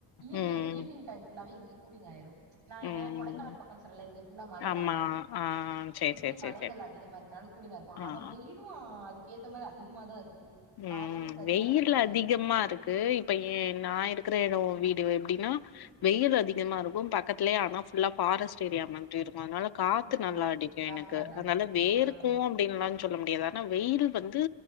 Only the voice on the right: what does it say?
ஈவ்னிங்
ஈவ்னிங் டைம் ஃபுல்லாவே இங்க கூலிங் ஆயிரு நா என்ன
கொடைக்கானல் பக்கோன் சொன்னல இங்க ஃபுல்லா மல
தா அதிகம்
சுத்தி
மலைகள்
அதிகமா இருக்கனால கூலிங்கா இருக்கு
ஆனா
வெயிலு அதுக்கு ஏத்த மாரி அதிகமா தா இருக்கு
காலைல சரியான
வெயிலா
இருக்கு
ஓ
காத்து
நல்லா
அடிக்கு
ஆ